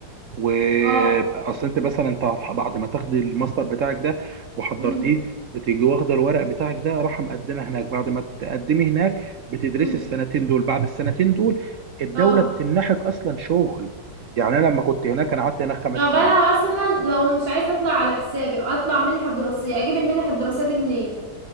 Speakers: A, on the right (about 60°); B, on the right (about 80°).
A: واصل
B: اه
A: انت مثلا انت هتح- بعد ما تاخد الماستر بتاعك ده وحضرتيه
B: مم.
A: بتيجي واخده الورق بتاعك ده راح مقدمه هناك بعد ما تقدمي هناك بتدرسي
B: مم.
A: السنتين دول بعد السنتين دول الدوله
B: اه
A: بتمنحك اصلا شغل يعني انا لما كنت هناك انا قعدت هناك خمس
B: طب
A: سنين
B: انا مثلا لو مش عايزه اطلع على حسابي اطلع منحه دراسيه اجيب المنح الدراسيه دي منين